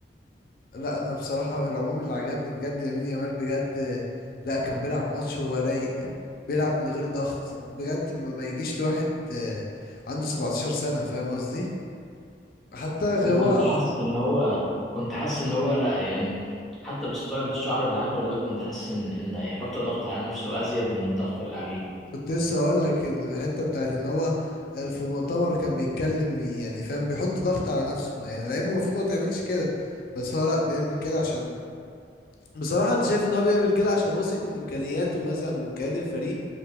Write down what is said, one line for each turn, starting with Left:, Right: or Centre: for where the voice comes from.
Left: لا انا بصراحه في العموم اللي عجبني بجد يمين يامال بجد لا كان بيلعب ماتش وهو رايق بيلعب من غير ضغط بجد ما, ما يجيش لواحد آه، عنده 17 سنه فاهم قصدي حتى
Centre: انا
Left: هو
Centre: كنت حاسس ان هو كنت حاسس ان هو لا يعني حتى الستايل الشعر اللي عمله ده كنت حاسس ان ان هيحط ضغط على نفسه ازيد من الضغط اللي عليه
Left: كنت لسه هقول لك الحته بتاعت ان هو في المؤتمر كان بيتكلم يعني فاهم بيحط ضغط على نفسه ما- يعني اللعيب المفروض ما تعملش كده بس هو لا بيعمل كده عشان بصراحة انت شايف ان هو بيعمل كده عشان واثق من امكانياته مثلا وامكانيات الفريق